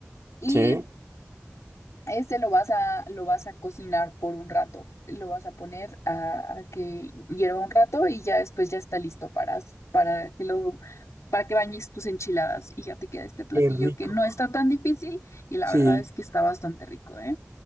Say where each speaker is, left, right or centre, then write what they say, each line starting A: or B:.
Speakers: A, on the left; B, on the right.
A: y
B: Sí.
A: este lo vas a, lo vas a cocinar por un rato, lo vas a poner a, a que hierva un rato y ya después ya está listo para, s- para que lo, para que bañes tus enchiladas y ya te queda este platillo
B: Qué rico.
A: que no está tan difícil y la
B: Sí.
A: verdad es que está bastante rico, ¿eh?